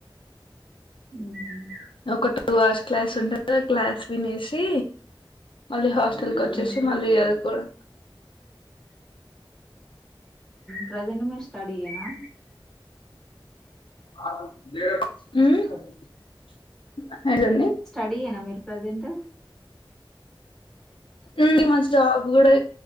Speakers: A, in the centre; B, on the left.
A: మ్మ్ హ్మ్మ్
B: ఒక టూ అవర్స్ క్లాస్ ఉంటారు ఆ క్లాస్ వినేసి మళ్ళీ హాస్ లక వచ్చేసి
A: ఉ
B: మళ్ళీ చదువుకుంటాం
A: ప్రెజెట్ మ స్టడీ కనా
B: మ్మ్
A: స్టడీ ఎనా మీరు ప్రెజెంట్
B: ఉమ్ మ జాబ్ కూడా